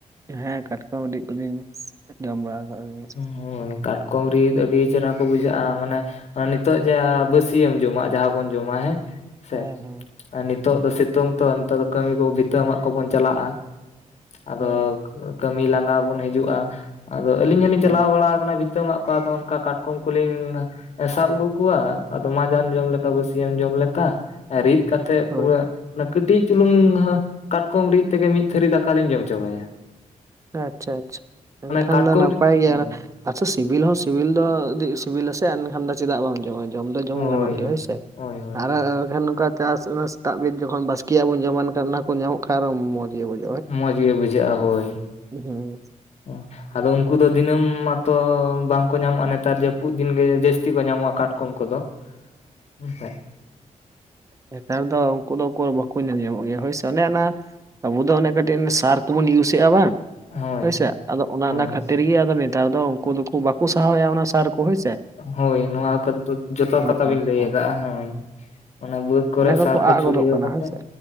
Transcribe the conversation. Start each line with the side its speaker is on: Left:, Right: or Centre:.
Right: ᱦᱮᱸ ᱠᱟᱴᱠᱚᱢ ᱨᱤᱫ ᱠᱚᱫᱩᱧ ᱡᱚᱢ ᱵᱟᱲᱟ ᱟᱠᱟᱫ ᱜᱮᱭᱟ ᱾
Left: ᱦᱳᱭ ᱠᱟᱴᱠᱚᱢ ᱨᱤᱫ ᱟᱹᱰᱤ ᱪᱮᱦᱨᱟ ᱠᱚ ᱵᱩᱡᱷᱟᱹᱜᱼᱟ ᱢᱟᱱᱮ ᱱᱤᱛᱚᱜ ᱡᱟ <unintelligible> ᱼᱼ ᱵᱟᱹᱥᱭᱟᱹᱢ ᱡᱚᱢᱟᱜ ᱡᱟᱦᱟᱸ ᱵᱚᱱ ᱡᱚᱢᱟ ᱦᱮᱸ ᱥᱮ
Right: ᱦᱮᱸ ᱦᱮᱸ
Left: ᱟᱨ ᱱᱤᱛᱚᱜ ᱫᱚ ᱥᱤᱛᱩᱝ ᱛᱚ ᱱᱤᱛᱚᱜ ᱫᱚ ᱠᱟᱹᱢᱤ ᱠᱚ ᱵᱷᱤᱛᱟᱹ ᱢᱟᱜ ᱠᱚᱵᱚᱱ ᱪᱟᱞᱟᱜᱼᱟ ᱾ ᱟᱫᱚ
Right: ᱦᱳᱭ
Left: ᱠᱟᱹᱢᱤ ᱞᱟᱸᱜᱟ ᱵᱚᱱ ᱦᱤᱡᱩᱜᱼᱟ ᱟᱫᱚ ᱟᱹᱞᱤᱧ ᱦᱚᱞᱤᱧ
Right: ᱦᱳᱭ
Left: ᱪᱟᱞᱟᱣ ᱵᱟᱲᱟ ᱟᱠᱟᱱᱟ ᱵᱷᱤᱛᱟᱹ ᱢᱟᱜ ᱠᱚ ᱟᱫᱚ ᱚᱱᱠᱟ ᱠᱟᱴᱠᱚᱢ ᱠᱚᱞᱤᱧ ᱥᱟᱵ ᱟᱹᱜᱩ ᱠᱚᱣᱟ ᱟᱫᱚ ᱢᱟᱡᱟᱱ ᱡᱚᱢ ᱞᱮᱠᱟ ᱵᱟᱹᱥᱭᱟᱢ ᱡᱚᱢ ᱞᱮᱠᱟ ᱨᱤᱫ ᱠᱟᱛᱮᱜ
Right: ᱦᱳᱭ
Left: ᱯᱩᱨᱟᱹᱼᱼ ᱚᱱᱟ ᱠᱟᱹᱴᱤᱡ ᱪᱩᱞᱩᱝ ᱠᱟᱴᱠᱚᱢ ᱨᱤᱫ ᱛᱮᱜᱮ ᱢᱤᱫ ᱛᱷᱟᱹᱨᱤ ᱫᱟᱠᱟ ᱞᱤᱧ ᱡᱚᱢ ᱪᱟᱵᱟᱭᱟ ᱾
Right: ᱟᱪᱪᱷᱟ ᱟᱪᱪᱷᱟ᱾ ᱮᱱᱠᱷᱟᱱ
Left: ᱠᱟᱴᱠᱚᱢ
Right: ᱫᱚ ᱱᱟᱯᱟᱭ
Left: ᱨᱤᱫ
Right: ᱜᱮᱭᱟ᱾
Left: ᱦᱮᱸ
Right: ᱟᱪᱪᱷᱟ ᱥᱤᱵᱤᱞ ᱦᱚᱸ ᱥᱤᱵᱤᱞ ᱫᱚ ᱥᱤᱵᱤᱞᱟᱥᱮ ᱮᱱᱠᱷᱟᱱ ᱫᱚ ᱪᱮᱫᱟᱜ ᱵᱟᱢ ᱡᱚᱢᱟ ᱾ ᱡᱚᱢ ᱫᱚ ᱡᱚᱢ
Left: ᱦᱳᱭ
Right: ᱜᱟᱱᱚᱜ ᱜᱮᱭᱟ
Left: ᱦᱳᱭ
Right: ᱦᱳᱭᱥᱮ
Left: ᱦᱳᱭ ᱦᱳᱭ
Right: ᱟᱨ ᱮᱠᱷᱟᱱ ᱱᱚᱝᱠᱟ ᱪᱟᱥ ᱵᱟᱥ <unintelligible> ᱡᱚᱠᱷᱚᱱ ᱵᱟᱥᱠᱮᱭᱟᱜ ᱵᱚᱱ ᱡᱚᱢᱟᱱ ᱠᱷᱟᱱ ᱚᱱᱟ ᱠᱚ ᱧᱟᱢᱚᱜ ᱠᱷᱟᱱ ᱟᱨᱚ ᱢᱚᱡᱽ ᱜᱮ ᱵᱩᱡᱷᱟᱹᱜᱼᱟ ᱾
Left: ᱢᱚᱡᱽ ᱜᱮ ᱵᱩᱡᱷᱟᱹᱜᱼᱟ ᱦᱳᱭ ᱾
Right: <unintelligible> ᱦᱮᱸ᱾
Left: <inaudible> ᱚᱼᱼ ᱟᱫᱚ ᱩᱱᱠᱩ ᱫᱚ ᱫᱤᱱᱟᱹᱢ ᱢᱟᱛᱚ ᱵᱟᱝᱠᱚ ᱧᱟᱢᱚᱜᱼᱟ ᱱᱮᱛᱟᱨ ᱡᱟᱹᱯᱩᱫ ᱫᱤᱱ ᱜᱮ ᱡᱟᱹᱥᱛᱤ ᱠᱚ ᱧᱟᱢᱚᱜᱼᱟ ᱠᱟᱴᱠᱚᱢ ᱠᱚᱫᱚ ᱼᱼ
Right: <unintelligible> ᱼᱼ
Left: <unintelligible> ᱦᱮᱸ᱾
Right: ᱱᱮᱛᱟᱨ ᱫᱚ ᱩᱱᱠᱩ ᱫᱚᱠᱚ ᱵᱟᱠᱚ ᱧᱮᱞ ᱧᱟᱢᱚᱜ ᱜᱮᱭᱟ ᱦᱳᱭᱥᱮ ᱚᱱᱮ ᱚᱱᱟ ᱟᱵᱚ ᱫᱚ ᱚᱱᱮ ᱠᱟᱹᱴᱤᱡ ᱥᱟᱨ ᱠᱚᱵᱚᱱ ᱤᱭᱩᱪᱮᱫ-ᱟ ᱵᱟᱝ
Left: ᱦᱳᱭ
Right: ᱦᱳᱭᱥᱮ ᱟᱫᱚ ᱚᱱᱟ
Left: ᱦᱳᱭ
Right: ᱚᱱᱟ ᱠᱷᱟᱹᱛᱤᱨ ᱜᱮ ᱟᱫᱚ ᱱᱮᱛᱟᱨ ᱫᱚ ᱩᱱᱠᱩ ᱫᱚᱠᱚ ᱵᱟᱠᱚ ᱥᱟᱦᱟᱣᱮᱜᱼᱟ ᱚᱱᱟ ᱥᱟᱨ ᱠᱚ ᱦᱳᱭᱥᱮᱼᱼ
Left: ᱦᱳᱭ ᱱᱚᱣᱟ ᱠᱚ ᱡᱚᱛᱚ ᱠᱟᱛᱷᱟ
Right: ᱠᱟᱱᱟ
Left: ᱵᱤᱱ ᱞᱟᱹᱭ
Right: ᱦᱳᱭ
Left: ᱟᱠᱟᱜᱼᱟ ᱦᱮᱸ ᱚᱱᱟ ᱵᱟᱹᱫᱽ ᱠᱚᱨᱮ
Right: ᱚᱱᱟ ᱠᱚᱠᱚ
Left: ᱥᱟᱨ
Right: ᱟᱫ
Left: ᱠᱚ ᱪᱷᱩᱲᱟᱹᱣ
Right: ᱜᱚᱫᱚᱜ ᱠᱟᱱᱟ
Left: ᱠᱟᱛᱮᱜ,
Right: ᱦᱳᱭᱥᱮ